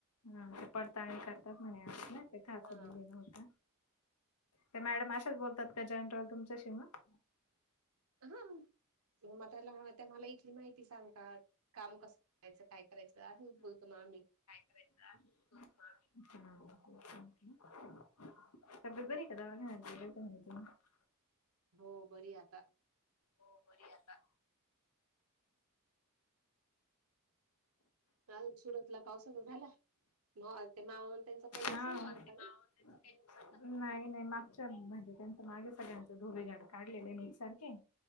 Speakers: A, on the left (about 80°); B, on the right (about 70°).
A: हा पडताळणी करतात म्हणे ते खच
B: हा
A: ललेलं होत ते मॅडम अशाच बोलतात का जनरल तुमच्याशी मग
B: हो हो तर मला इथली माहिती सांगतात काम कसं करायचं काय करायचं आहे बोलतो ना आम्ही
A: <unintelligible> तब्येत बरी आहे का दवाखान्यात गेले होते म्हणे तुम्ही
B: हो बरी आता
A: हो बरी आता
B: काल सुरतला पावसाचा झाला म ते मावा त्यांचं काही नुकसान
A: हा.
B: झालं का ग
A: <unintelligible> नाही नाही मागच्या म्हणजे त्यांच मागे सगळ्यांच धोबघाट काढलेलेनेय एकसारखे-